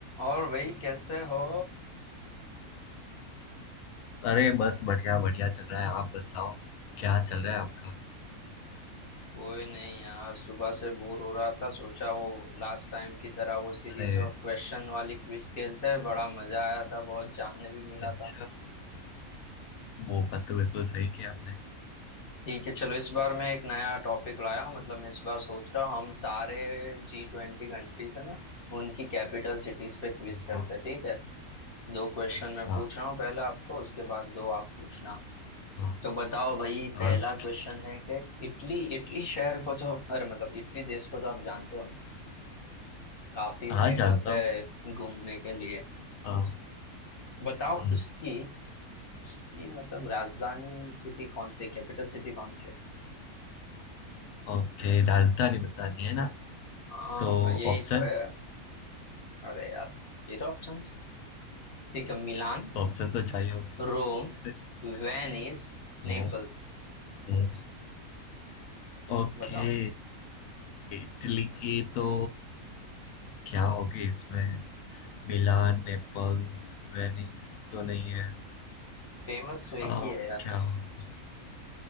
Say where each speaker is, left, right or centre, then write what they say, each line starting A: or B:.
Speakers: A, on the left (about 40°); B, on the left (about 70°).
A: और भाई कैसे हो
B: अरे बस बढ़िया बढ़िया चल रहा है आप बताओ क्या चल रहा है आपका
A: कोई नहीं यार सुबह से बोर हो रहा था सोचा वो लास्ट टाइम की तरह वो सीरीज
B: अरे
A: ऑफ क्वेश्चन वाली क्विज खेलते हैं बड़ा मजा आया था बहुत जानने भी मिला
B: अच्छा
A: था
B: वो बात तो बिल्कुल सही किया आपने
A: ठीक है चलो इस बार मैं एक नया टॉपिक लाया हूँ मतलब मैं इस बार सोच रहा हूँ हम सारे जी ट्वेंटी कंट्रीज है ना उनकी कैपिटल सिटीज पे क्विज
B: हाँ,
A: करते हैं ठीक है दो क्वेश्चन
B: अच्छा
A: मैं पूछ रहा हूँ पहले आपको उसके बाद दो आप पूछना
B: हाँ
A: तो बताओ भाई
B: हाँ
A: पहला क्वेश्चन है कि इटली इटली शहर को तो अरे मतलब इटली देश को तो आप जानते हो ना काफी
B: हाँ,
A: फेमस
B: जानता
A: है
B: हूँ
A: घूमने के लिए
B: हाँ,
A: बताओ
B: हम्म,
A: उसकी उसकी मतलब राजधानी सिटी कौन सी है कैपिटल सिटी कौन सी है
B: ओके राजधानी बतानी है ना
A: हाँ
B: तो
A: यही
B: ऑप्शन
A: तो है अरे यार ये तो ऑप्शंस ठीक है मिलान
B: ऑप्शन तो चाहिए हो गया
A: रोम
B: <laughs>
A: वेनिस
B: हाँ,
A: नेपल्स
B: हम्म, ओके
A: बताओ
B: इटली की तो क्या होगी इसमें मिलान नेपल्स वेनिस तो नहीं है
A: फेमस तो एक
B: आ,
A: ही है यार
B: क्या होगा